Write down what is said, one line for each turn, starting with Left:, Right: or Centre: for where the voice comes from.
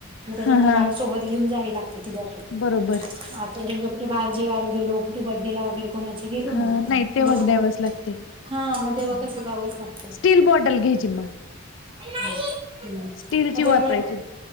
Right: म त्याच्यामुळे
Left: हा हा
Right: माला सोबत घेऊन जावी लागते ती बॉटल.
Left: बरोबर
Right: आत तर घेऊन जाऊ. कुठ बाहेर जेवायला गलाे, कुठ बड्डे ला वगेरे. कोणाच गेलो ना
Left: हा नाही तेव्हा
Right: म ते,
Left: द्यावच लागते
Right: हा म तेव्हा कस जावचं लाग
Left: स्टील बॉटल घ्यायची म.
Right: हूं हूं
Left: स्टीलची
Right: म त्यामुळं
Left: वापरायची